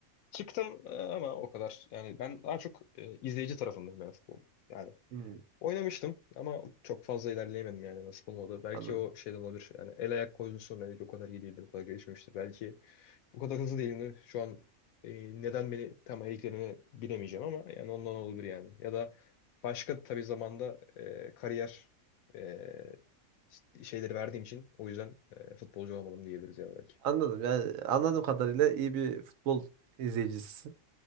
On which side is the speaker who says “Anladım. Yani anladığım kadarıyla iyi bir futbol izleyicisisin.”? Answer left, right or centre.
Right